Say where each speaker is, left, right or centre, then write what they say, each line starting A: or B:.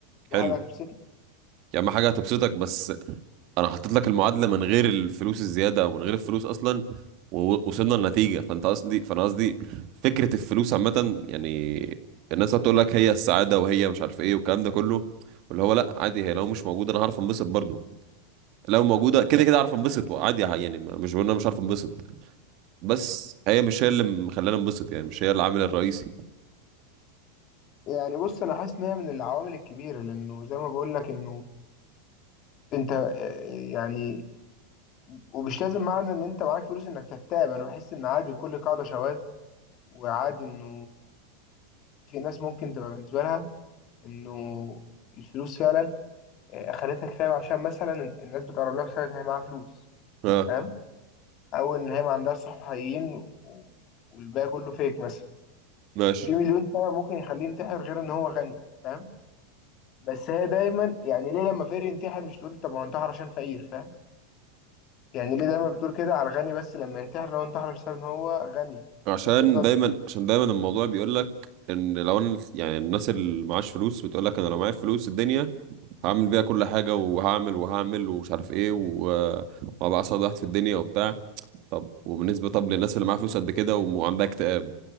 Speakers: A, on the left; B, on the right.
A: دي
B: حلو
A: حاجه هتبسطني
B: يعني ما حاجه هتبسطك بس انا حطيت لك المعادله من غير الفلوس الزياده او من غير الفلوس اصلا ووصلنا لنتيجه فانت قصدي فانا قصدي فكره الفلوس عامه يعني الناس هتقول لك هي السعاده وهي مش عارف ايه والكلام ده كله واللي هو لا عادي هي لو مش موجوده انا هعرف انبسط برضو لو موجوده كده كده هعرف انبسط وعادي يعني ما- مش بقول إن انا مش عارف انبسط بس هي مش هي اللي مخلاني انبسط يعني مش هي العامل الرئيسي
A: يعني بص انا حاسس ان هي من العوامل الكبيره لانه زي ما بقول لك انه انت آه، يعني ومش لازم معنى ان انت معاك فلوس انك تكتئب انا بحس ان عادي لكل قاعده شواذ وعادي انه في ناس ممكن تبقى بالنسبة لها إنه الفلوس فعلا آه، خلتها كتاب عشان مثلا الناس بتقرب لها بسبب إن هي معاها فلوس
B: اه
A: فاهم أو إن هي ما عندهاش صحاب حقيقيين و- والباقي كله فيك مثلا
B: ماشي
A: في مليون سبب ممكن يخليه ينتحر غير إن هو غني فاهم بس هي دايما يعني ليه لما فقير ينتحر مش تقول طب هو انتحر عشان فقير فاهم يعني ليه دايما بتقول كده على الغني بس لما ينتحر لو انتحر بسبب إن هو غني
B: عشان
A: أما الفقير ده انت-
B: دايما عشان دايما الموضوع بيقول لك ان لو انا يعني الناس اللي معاش فلوس بتقول لك انا لو معايا فلوس الدنيا هعمل بيها كل حاجه وهعمل وهعمل ومش عارف ايه و- وهبقى اسعد واحد في الدنيا وبتاع طب وبالنسبه طب للناس اللي معاها فلوس قد كده وم- وعندها اكتئاب